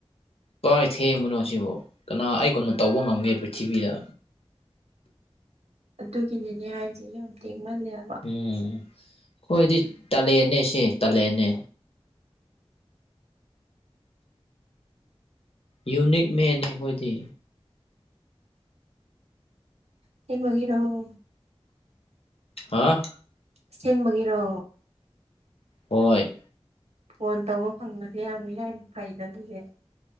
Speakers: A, on the left; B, on the right.
A: ꯀꯥꯏ ꯊꯦꯡꯕꯅꯣ ꯁꯤꯕꯣ ꯀꯅꯥ ꯑꯩ ꯀꯣꯟꯅ ꯇꯧꯕ ꯉꯝꯒꯦ ꯄ꯭ꯔꯤꯊꯤꯕꯤꯗ
B: ꯑꯗꯨꯒꯤꯅꯤꯅꯦ ꯍꯥꯏꯁꯦ ꯌꯥꯝ ꯊꯦꯡꯃꯜꯂꯦ ꯍꯥꯏꯕ
A: ꯎꯝ ꯑꯩꯈꯣꯏꯗꯤ ꯇꯥꯂꯦꯅꯦ ꯁꯤ ꯇꯥꯂꯦꯅꯦ ꯌꯨꯅꯤꯛ ꯃꯦꯟꯅꯦ ꯑꯩꯈꯣꯏꯗꯤ
B: ꯑꯁꯦꯡꯕꯒꯤꯔꫭ
A: ꯍꯥꯥ
B: ꯑꯁꯦꯡꯕꯒꯤꯔꯣ
A: ꯍꯣꯏ
B: ꯐꯣꯟ ꯇꯧꯕ ꯐꯪꯕꯗꯤ ꯌꯥꯝꯅ ꯏꯔꯥꯏꯕꯛ ꯐꯩꯗ ꯑꯗꯨꯒꯤ